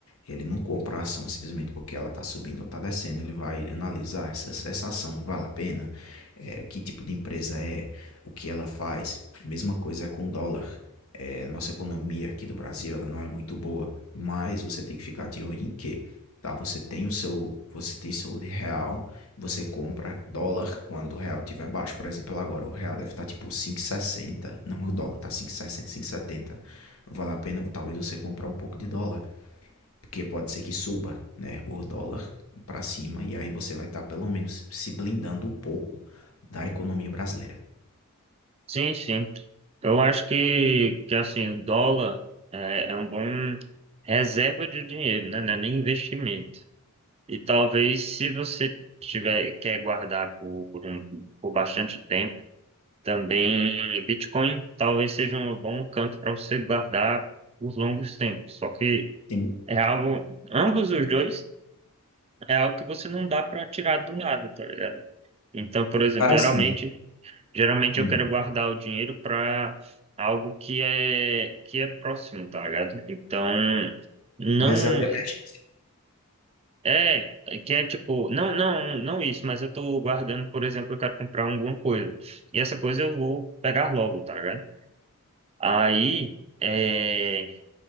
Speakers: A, on the left; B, on the right.
A: Ele não compra a ação simplesmente porque ela tá subindo ou tá descendo. Ele vai analisar essa, essa ação vale a pena, É, que tipo de empresa é, o que ela faz. Mesma coisa é com o dólar. É, nossa economia aqui do Brasil, ela não é muito boa. Mas você tem que ficar de olho em quê? tá? Você tem o seu, você tem seu de real, você compra dólar quando o real tiver baixo. Por exemplo, agora o real deve estar tipo cinco e sessenta não o dólar tá 5,60, setenta Vale a pena talvez você comprar um pouco de dólar, porque pode ser que suba, né, o dólar para cima e aí você vai estar pelo menos se blindando um pouco da economia brasileira.
B: Sim, sim. Eu acho que, que assim, o dólar é, é um bom reserva de dinheiro, né? Não é nem investimento. E talvez se você tiver, quer guardar por, um- por bastante tempo, também Bitcoin talvez seja um bom canto para você guardar por longos tempos. Só que
A: Sim,
B: é algo, ambos os dois, é algo que você não dá para tirar do nada, tá ligado? Então, por exemplo,
A: cara,
B: geralmente,
A: assim,
B: geralmente
A: hum,
B: eu quero guardar o dinheiro para algo que é que é próximo, tá ligado? Então, não
A: uma reserva de emergência
B: é é que é tipo, não, não, não isso, mas eu tô guardando, por exemplo, eu quero comprar alguma coisa. E essa coisa eu vou pegar logo, tá ligado? Aí, é,